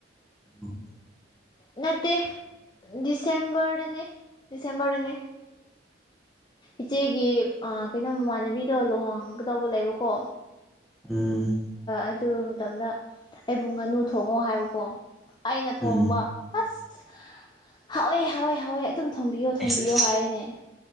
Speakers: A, in the centre; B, on the left.
A: ꯎꯝ
B: ꯅꯠꯇ ꯁꯦꯝꯕꯔꯅꯤꯅꯤ ꯁꯦꯝꯕꯔꯅꯅꯤ ꯏꯆꯦꯒꯤ ꯑ ꯀꯩꯅꯣ ꯃꯃꯥꯟꯅꯕꯤꯗꯣ ꯂꯨꯍꯣꯡꯒꯗꯧꯕ ꯂꯩꯕꯀꯣ
A: ꯎꯝ
B: ꯑꯗꯨ ꯃꯇꯝꯗ ꯑꯩꯕꯨ ꯉꯥꯅꯨ ꯊꯣꯡꯉꯣ ꯍꯥꯏꯕꯀꯣ ꯑꯩꯅ ꯊꯣꯡꯕ
A: ꯎꯝ
B: ꯑꯁ ꯍꯥꯎꯋꯦ ꯍꯥꯎꯋꯦ ꯍꯥꯎꯋꯦ ꯑꯗꯨꯝ ꯊꯣꯝꯕꯤꯌꯣ ꯊꯣꯝꯕꯤꯌꯣ
A: ꯑꯦꯁ ꯑꯦꯁ
B: ꯍꯥꯏꯅꯦ